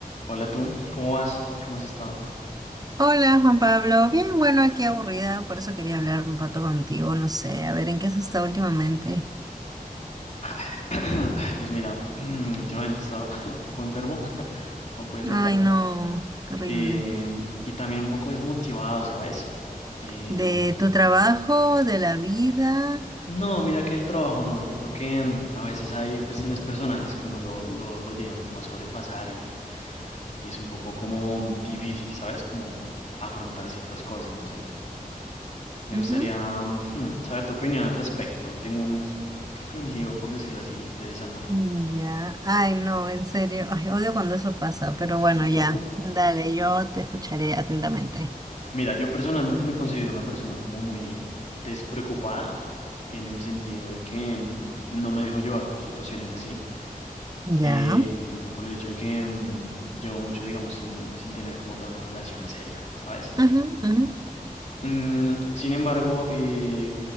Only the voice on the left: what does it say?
Hola tú, ¿cómo vas? ¿Cómo has estado?
Ah, <clears throat> Ay, Pues mira, <clears throat> últimamente he estado <laughs> un poco enfermo, <laughs> como puedes notar,
em, y también un poco desmotivado, ¿sabes? Em,
No, mira que el trabajo no, yo creo que mm, a veces hay cuestiones personales que uno lo, lo, lo llegan como a sobrepasar y, y es un poco como mm, difícil, ¿sabes? Como afrontar ciertas cosas, no sé. Me
gustaría mm, <laughs> hmm, saber tu opinión al respecto. Tengo un, creo que un lío, por decirlo así, de desamor.
<laughs>
Mira, yo personalmente me considero una persona como muy despreocupada en el sentido de que mm, no me dejo llevar por situaciones así.
eh, por el hecho de que mm, llevo mucho, digamos, sin, sin tener como tal una relación seria, ¿sabes?
Mm, sin embargo, eh,